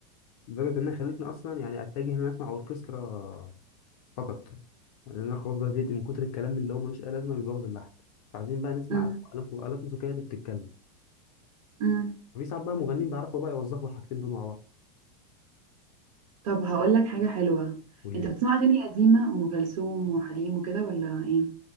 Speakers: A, on the left (about 60°); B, on the right (about 70°).
A: لدرجه انها خلتني اصلا يعني اتجه ان انا اسمع اوركسترا فقط لان انا خلاص بقى زهقت من كتر الكلام اللي هو ملوش اي لازمه بيبوظ اللحن فعايزين بقى نسمع
B: امم
A: آلات آلات موسيقيه اللي بتتكلم
B: امم
A: في ساعات بقى مغنيين بيعرفوا بقى يوظفوا الحاجتين دول مع بعض
B: طب هقول لك حاجة حلوة
A: وليد
B: انت بتسمع اغاني قديمة ام كلثوم وحليم وكده ولا ايه